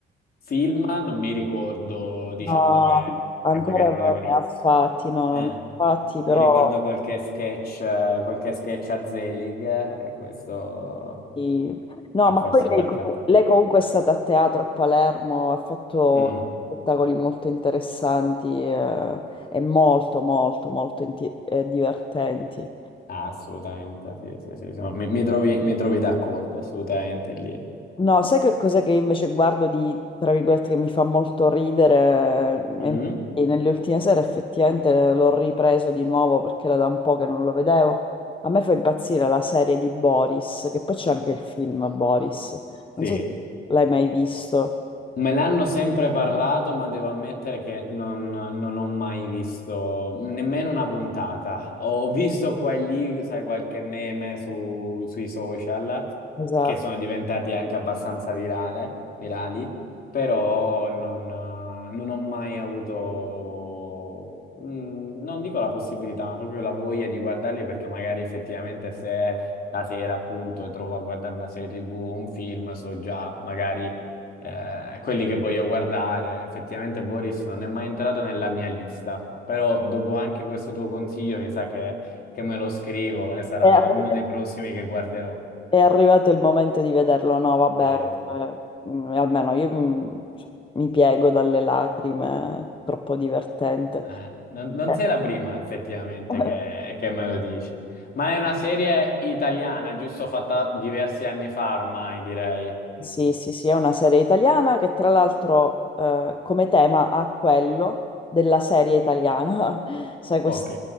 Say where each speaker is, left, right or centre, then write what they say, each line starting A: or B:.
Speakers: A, on the left; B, on the left.
A: film, non mi ricordo, diciamo,
B: no,
A: dov'è
B: ancora
A: che magari
B: non
A: protagonista.
B: ne ha fatti, no, non
A: Eh,
B: ne ha fatti,
A: mi
B: però...
A: ricordo qualche sketch, eh, qualche sketch a Zelig eh, e questo
B: Sì. No,
A: è
B: ma
A: forse
B: poi lei,
A: qualche altra
B: lei
A: cosa.
B: comunque è stata a teatro a Palermo, ha fatto
A: Mm,
B: spettacoli molto interessanti eh, e molto, molto, molto inti- eh, divertenti.
A: ah, assolutamente, sì, sì, sì, sono- mi, mi trovi, mi trovi d'accordo, assolutamente lì.
B: No, sai che cosa che io invece guardo di, tra virgolette, che mi fa molto ridere?
A: Mhm.
B: E infatti nelle ultime sere effettivamente l'ho ripreso di nuovo perché era da un po' che non lo vedevo. A me fa impazzire la serie di Boris, che poi c'è anche il film Boris. Non
A: Sì.
B: so se l'hai mai visto.
A: Me l'hanno sempre parlato, ma devo ammettere che non, non ho mai visto nemmeno una puntata. Ho visto qua e lì, sai, qualche meme su- sui social
B: Esatto.
A: che sono diventati anche abbastanza virale- virali, però non, non ho mai avuto, mm, non dico la possibilità, ma proprio la voglia di guardarli perché magari effettivamente se la sera appunto trovo a guardare una serie TV o un film, so già magari eh, quelli che voglio guardare. Effettivamente Boris non è mai entrato nella mia lista, però dopo anche questo tuo consiglio mi sa che, che me lo scrivo e sarà
B: È arri-
A: uno dei prossimi che guarderò.
B: è arrivato il momento di vederlo, no, vabbè,
A: Sì,
B: cioè,
A: sì.
B: mm, almeno io mm, cioè, mi piego dalle lacrime, è troppo divertente.
A: Eh, non, non
B: Eh.
A: sei la prima effettivamente
B: <laughs>
A: che, che me lo dice, ma è una serie italiana, giusto fatta diversi anni fa ormai, direi.
B: Sì, sì, sì, è una serie italiana che tra l'altro eh, come tema ha quello della serie italiana, <laughs> sai, quest-
A: Ok.